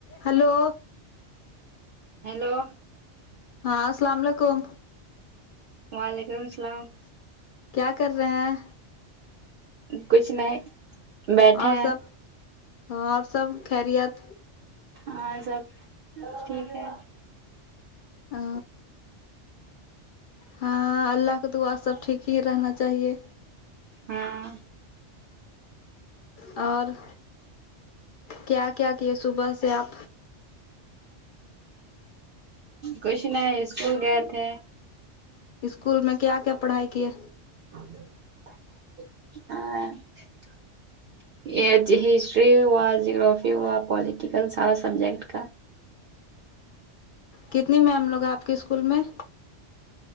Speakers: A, on the left; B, on the right.
A: hello
B: hello
A: ہاں السلام علیکم
B: وعلیکم السلام
A: کیا کر رہے ہیں
B: کچھ نہیں بیٹھے
A: اور
B: ہیں
A: سب اور سب خریت
B: ہاں سب ٹھیک ہے
A: آ ہاں اللہ کا تو وا سب ٹھیک ہی رہنا چاہیے
B: ہاں
A: اور کیا کیا کیے صبح سے آپ
B: کچھ نہیں اسکول گئے تھے
A: اسکول میں کیا کیا پڑھائی کیے
B: <unintelligible> یہ ہسٹری ہوا جیگررافی ہوا پلییٹیکل سائنس سبجیکٹ کا
A: کتنی میم لوگ ہیں آپ کے اسکول میں